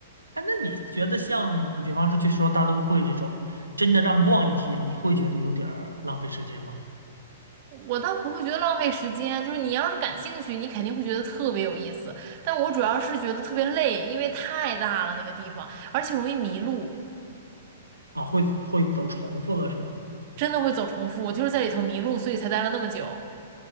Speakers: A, on the right; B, on the right.
A: 哎，那你觉得像，比方说去说大都会这种，真的让逛一天，你会觉得有点儿浪费时间吗？
B: 我倒不会觉得浪费时间，就是你要是感兴趣，你肯定会觉得特别有意思。但我主要是觉得特别累，因为太大了那个地方，而且容易迷路，
A: 啊，会会走重复了是吗？
B: 真的会走重复。我就是在里头迷路，所以才待了那么久。